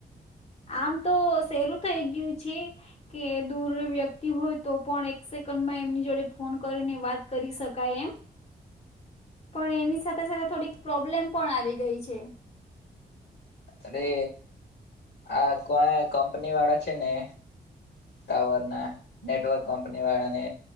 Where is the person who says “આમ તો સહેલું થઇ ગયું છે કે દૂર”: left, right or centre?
Left